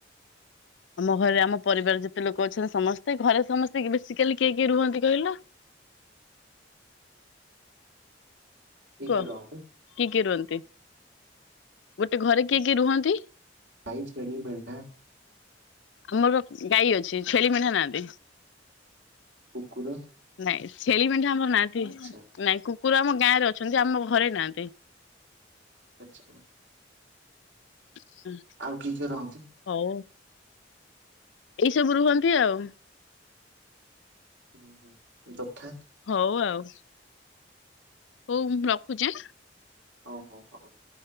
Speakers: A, on the left; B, on the right.
A: ଆମ ଘରେ ଆମ ପରିବାର ଯେତେ ଲୋକ ଅଛନ୍ତି ସମସ୍ତେ ଘରେ ସମସ୍ତେ ବେଶୀ କାଲି କିଏ କିଏ ରୁହନ୍ତି କହିଲ
B: କିଏ
A: କୁହ
B: କିଏ ରୁହନ୍ତି?
A: କିଏ କିଏ ରୁହନ୍ତି? ଗୋଟେ ଘରେ କିଏ କିଏ ରୁହନ୍ତି?
B: ଗାଈ, ଛେଳି, ମେଣ୍ଡା
A: ଆମର ଗାଈ ଅଛି, ଛେଳି, ମେଣ୍ଢା ନାହାନ୍ତି।
B: କୁକୁର
A: ନାଇଁ ଛେଳି ମେଣ୍ଢା ଆମର ନାହାନ୍ତି।
B: ଆଚ୍ଛା
A: ନାଇଁ କୁକୁର ଆମ ଗାଁ ରେ ଅଛନ୍ତି ଆମ ଘରେ ନାହାନ୍ତି।
B: ଆଚ୍ଛା
A: ହୁଁ
B: ଆଉ କିିଏ କିଏ ରହନ୍ତି?
A: ହଉ, ଏଇସବୁ ରୁହନ୍ତି ଆଉ।
B: ଓହୋ ତଥା
A: ହଉ ଆଉ। ହଉ ମୁଁ ରଖୁଛି ଆ।
B: ହଉ ହଉ